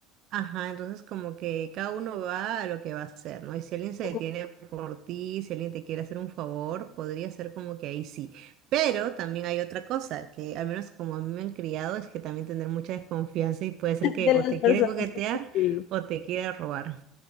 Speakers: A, on the right; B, on the left.
A: Ajá, entonces como que cada uno va a lo que va a hacer, ¿no? Y si alguien se
B: <laughs>
A: detiene por ti, si alguien te quiere hacer un favor, podría ser como que ahí sí. Pero también hay otra cosa, que al menos como a mí me han criado, es que también tener mucha desconfianza y puede ser que
B: De las
A: o te
B: personas.
A: quiere coquetear
B: sí.
A: o te quiere robar.